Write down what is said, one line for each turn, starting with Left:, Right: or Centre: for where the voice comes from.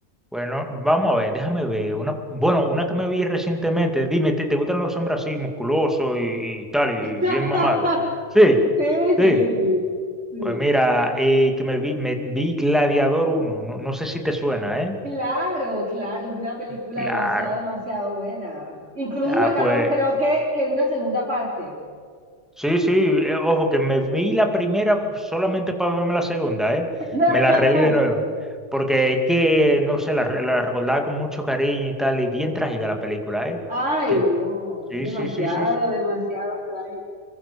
Centre: Bueno, vamos a ver, déjame ver. Una, bueno, una que me vi recientemente. Dime, ¿te, te gustan los hombres así, musculosos y, y tal, y
Right: <laughs>
Centre: bien mamados? Sí,
Right: Sí,
Centre: sí.
Right: sí, sí, sí.
Centre: Pues mira, eh, que me vi, me vi Gladiador uno. No, no sé si te suena, ¿eh?
Right: Claro, claro, es una película
Centre: Claro.
Right: demasiado, demasiado buena. Incluso
Centre: Ah,
Right: sacaron,
Centre: pues
Right: creo que, que una segunda parte.
Centre: sí, sí. eh, ojo, que me vi la primera solamente para verme la segunda, ¿eh?
Right: <laughs>
Centre: Me la reví de nuevo. Porque es que, no sé, la, re- la recordaba con mucho cariño y tal, y bien trágica la película, ¿eh?
Right: Ay,
Centre: Que,
Right: no, es
Centre: sí,
Right: demasiado,
Centre: sí, sí, sí. sí.
Right: demasiado trágico.